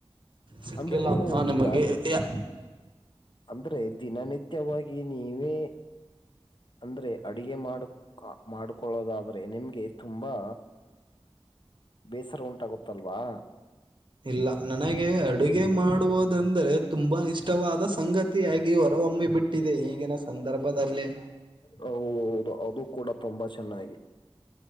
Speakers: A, on the right; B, on the left.
A: ಸಿಕ್ಕಿಲ್ಲಪ್ಪ
B: ಅಂದ್ರೆ ನೀವು
A: ನಮಗೆ.
B: ಈಗ
A: ಯಾ
B: ಅಂದ್ರೆ ದಿನನಿತ್ಯವಾಗಿ ನೀವೇ ಅಂದ್ರೆ ಅಡಗೆ ಮಾಡಕ್ ಮಾಡಕೊಳ್ಳೋದಾದ್ರೆ ನಿಮ್ಗೆ ತುಂಬಾ, ಬೇಸರ ಉಂಟಾಗತ್ತಲ್ವಾ.
A: ಇಲ್ಲ ನನಗೆ ಅಡುಗೆ ಮಾಡುವದೆಂದ್ರೆ ತುಂಬಾ ಇಷ್ಟವಾದ ಸಂಗ ತಿಯಾಗಿ ಹೊರಹೊಮ್ಮಿ ಬಿಟ್ಟಿದೆ ಈಗಿನ ಸಂದರ್ಭದಲ್ಲಿ.
B: ಹೌದು ಅದು ಕೂಡ ತುಂಬಾ ಚೆನ್ನಾಗಿ.